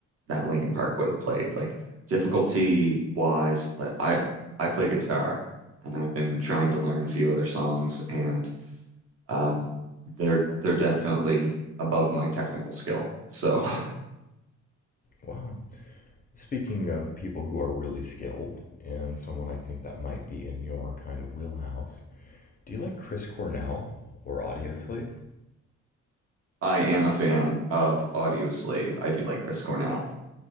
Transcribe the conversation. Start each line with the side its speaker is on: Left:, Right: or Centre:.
Right: that Linkin Park would have played. Like difficulty wise, like I I play guitar and I've been trying to learn a few of their songs and um they're they're definitely above my technical skill. So <laughs>
Left: Wow, Speaking of people who are really skilled, and someone I think that might be in your kind of wheelhouse, do you like Chris Cornell or Audioslave?
Right: I am a fan of Audio Slave. I do like Chris Cornell.